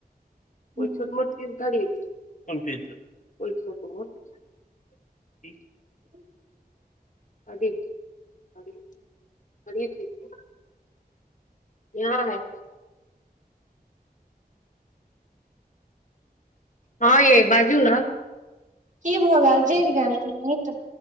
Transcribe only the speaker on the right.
हूँ
<inaudible>
की भऽ गेल जैर गेल की मिट